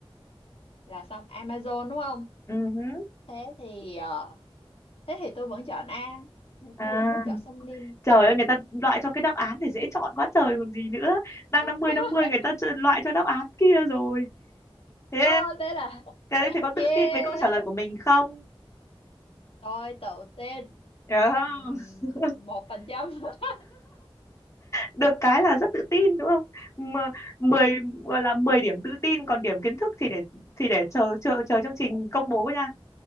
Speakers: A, on the left; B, on the left.
A: là xong Amazon đúng không?
B: ừ hứ.
A: Thế thì ờ, thế thì tôi vẫn chọn A.
B: à,
A: Tôi vẫn muốn chọn sông Nin.
B: trời
A: Ừ.
B: ơi người ta loại cho cái đáp án thì dễ chọn quá trời còn gì nữa đang
A: <laughs>
B: năm mươi năm mươi người ta chọn- loại cho đáp án kia rồi thế
A: Ờ, thế là
B: Cái đấy thì có
A: yeah.
B: tự tin với câu trả lời của mình không?
A: Tôi tự tin.
B: Hiểu không?
A: Ừm,
B: <laughs>
A: một phần trăm <laughs>
B: Được cái là rất tự tin đúng không? Mà 10 gọi là 10 điểm tự tin còn điểm kiến thức thì để thì để chờ chờ chờ chương trình công bố nha.